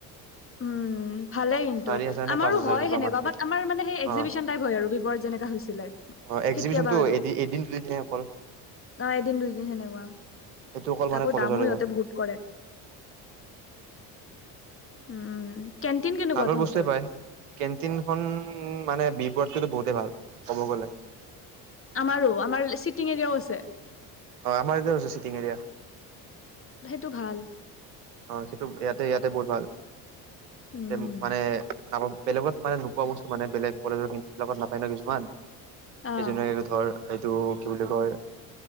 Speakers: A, on the left; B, on the right.
A: উম ভালেই কিন্তু
B: চাৰি হাজাৰ নে
A: আমাৰো
B: পাঁচ হাজাৰ
A: হয়
B: এনেকুৱা
A: সেনেকুৱা
B: মান্থলি
A: বাট আমাৰ মানে সেই। এক্সিবচন
B: অ
A: টাইপ হয় আৰু বিপৰত যেনেকা হৈছিলে।
B: অ এক্সিবিশনটো
A: কেতিয়াবা আৰু
B: এদি এদিন দুদিনহে অকল
A: ন এদিন দুইদিন সেনেকুৱা
B: এইটো অকল মানে
A: তাকো
B: কলেজৰে
A: দামো সহঁতে
B: হয়
A: বহুত কৰে। উম কেণ্টিন কেনেকুৱা
B: ভালৰ
A: তহঁতৰ
B: বস্তুৱ পাই কেনটিনখনন। মানে বিপড কিো বহুতেই ভাল ক'ব গ'লে।
A: আমাৰো আমাৰ চিটিং এৰিয়াও আছে।
B: অ আমাৰ এইতি আ হৈছে চিটিং এৰিয়া।
A: টো ভাল।
B: অ সেইটো ইয়াতে ইয়াতে বহুত ভাল।
A: উম
B: এ মানে ন বেলেগত মানে। খোৱা বস্তু মানে বেলেগ কলেজৰ লগত নাপায় ন কিছুমান।
A: অ
B: কি ধুনীয়াকৈ থয়। এইটো কি বুলি কয়